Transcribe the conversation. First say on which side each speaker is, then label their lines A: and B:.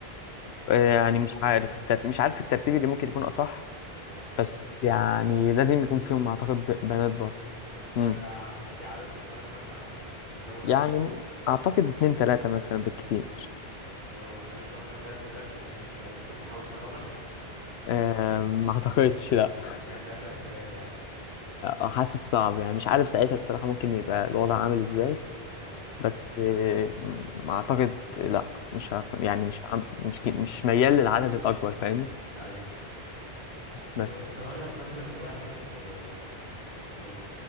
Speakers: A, on the right; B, on the left.
A: شايف
B: يعني
A: ايه
B: مش عارف الترتيب مش عارف الترتيب اللي ممكن يكون أصح
A: اه
B: بس يعني لازم يكون فيهم أعتقد ب- بنات برضه
A: طب كان
B: امم
A: آه، في عدد في دماغك مثلا مش هتزود
B: يعني
A: عنه
B: م- أعتقد اتنين تلاتة مثلا بالكتير
A: طب لو خلفت مثلا ثلاث ولاد ومفيش بنات ممكن تحاول في الرابع <laughs>
B: أم، ما أعتقدش لأ
A: يعني انت اخرك ثلاثه يعني
B: أه، حاسس صعب يعني مش عارف ساعتها الصراحة ممكن يبقى الوضع عامل إزاي
A: اه
B: بس آه، م- اعتقد لا مش هك...
A: امم
B: يعني مش عم- مش ك- مش ميال للعدد الاكبر فاهمني
A: اي
B: بس
A: طب انت رأيك مثلا الواحد آه، و...